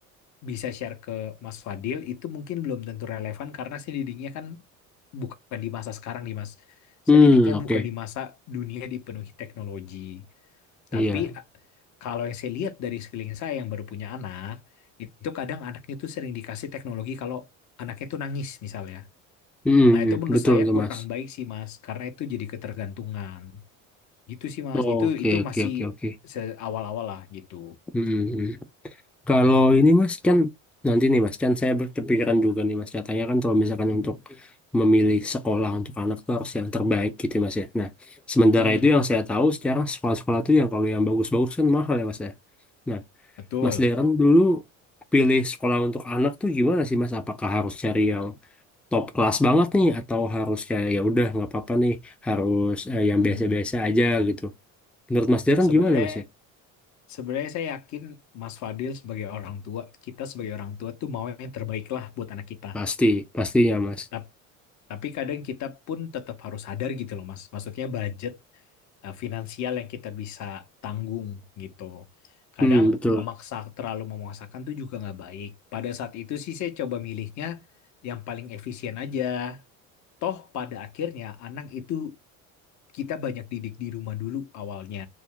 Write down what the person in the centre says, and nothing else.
Hmm,
oke.
Iya.
Mm-mm,
mm.
Betul
tuh,
Mas.
Oke,
oke,
oke, oke.
Mm-mm, mm. Kalau ini, Mas, kan nanti nih, Mas, kan saya berkepikiran juga nih, Mas. Katanya kan kalau misalkan untuk memilih sekolah untuk anak tuh harus yang terbaik gitu, Mas ya. Nah, sementara
itu yang saya tahu sekarang sekolah-sekolah itu yang kalau yang bagus-bagus kan mahal ya, Mas ya. Nah,
Mas Darren dulu pilih sekolah untuk anak tuh gimana sih, Mas? Apakah harus cari yang top kelas banget nih atau harus kayak ya udah nggak apa-apa nih harus eh, yang
biasa-biasa aja gitu. Menurut Mas Darren
gimana Mas ya?
Pasti, pastinya Mas.
Hmm, betul.